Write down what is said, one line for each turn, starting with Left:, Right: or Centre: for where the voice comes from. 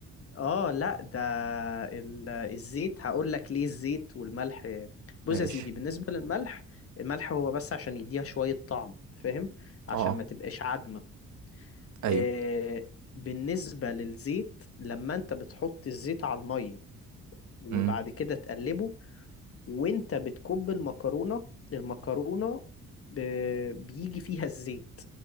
Left: اه لا ده ال- الزيت هقول لك ليه الزيت والملح بص
Right: ماشي
Left: يا سيدي بالنسبة للملح الملح هو بس عشان يديها شوية طعم فاهم عشان
Right: اه
Left: ما تبقاش عدمة
Right: ايوه
Left: آه، بالنسبة للزيت لما انت بتحط الزيت على المية وبعد
Right: امم
Left: كده تقلبه وانت بتكب المكرونة المكرونة ب- بيجي فيها الزيت